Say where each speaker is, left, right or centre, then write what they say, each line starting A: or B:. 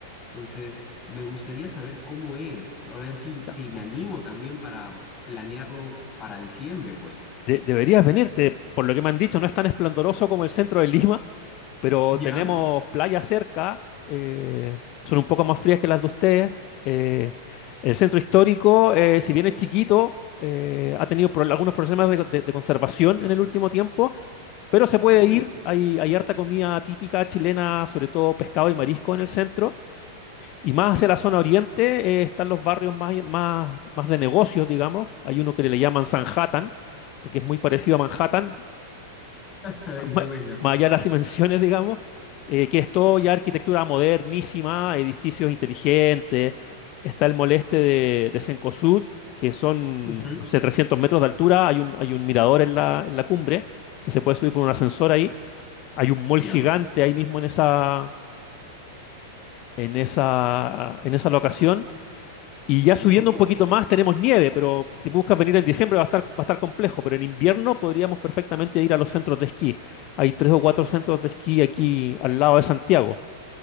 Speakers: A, on the left; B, on the left.
A: Entonces, me gustaría saber cómo es, a ver si,
B: sea,
A: si me animo también para planearlo para diciembre, pues.
B: de- deberías venirte, por lo que me han dicho, no es tan esplendoroso como el centro de Lima, Pero
A: Ya,
B: tenemos playas cerca, eh, son un poco más frías que las de ustedes. eh, el centro histórico, eh, si bien es chiquito, eh, ha tenido pro- algunos problemas de, de- de conservación en el último tiempo, pero se puede
A: ok. <laughs>
B: ir. Hay, hay harta comida típica chilena, sobre todo pescado y marisco en el centro. Y más hacia la zona oriente eh, están los barrios más, más, más de negocios, digamos. Hay uno que le llaman Sanhattan, porque es muy parecido a Manhattan,
A: Ay,
B: ma-
A: qué buena.
B: más allá de las <laughs> dimensiones, digamos, eh, que es todo ya arquitectura modernísima, edificios inteligentes, está el moleste de, de Cencosud, que son,
A: Ujú,
B: no sé, 300 metros de altura, hay un, hay un mirador en la, en la cumbre, que se puede subir por un ascensor ahí, hay un mall
A: Ya,
B: gigante ahí mismo en esa, en esa, en esa locación, y ya
A: qué
B: subiendo
A: loco.
B: un poquito más tenemos nieve, pero si buscas venir en diciembre va a estar, va a estar complejo, pero en invierno podríamos perfectamente ir a los centros de esquí. Hay tres o cuatro centros de esquí aquí al lado de Santiago.